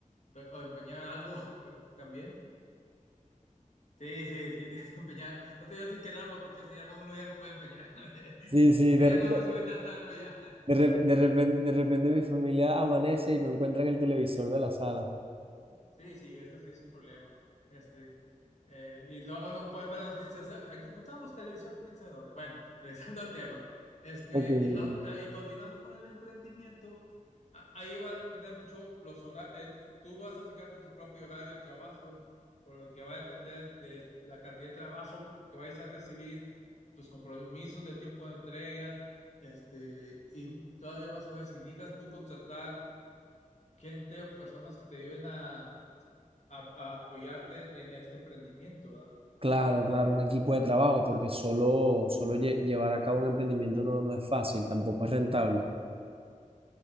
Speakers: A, on the left (about 60°); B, on the right (about 45°).
A: o empeñar algo <laughs> también Sí, sí, sí, <laughs> tienes que empeñar. No te digo así que el alma, porque eso ya no, uno ya no puede empeñar. <laughs>
B: Sí, sí,
A: Ya,
B: de,
A: ya
B: re-
A: no reciben tanta alma ya.
B: de, re- de repen- de repente, mi familia amanece y no encuentran el televisor de la sala.
A: Sí, sí, eso sí es un problema. Este, eh, y luego no pueden ver las noticias. "Ah, Aquí encontramos televisión, quién sabe dónde. Bueno, <laughs> regresando al tema. Este,
B: Ok, ok.
A: y, la- ta- y continuando con el emprendimiento, a- ahí va a depender mucho los horarios. Tú vas a fijarte tu propio horario de trabajo, por el que va a depender de la cantidad de trabajo que vayas a recibir, tus compromisos de tiempo de entrega. Este, y todavía vas a ver si necesitas tú contratar gente o personas que te ayuden a a, a apoyarte en este emprendimiento, ¿verdad?
B: Claro, claro, un equipo de trabajo, porque solo, solo lle- llevar a cabo un emprendimiento no, no es fácil, tampoco es rentable.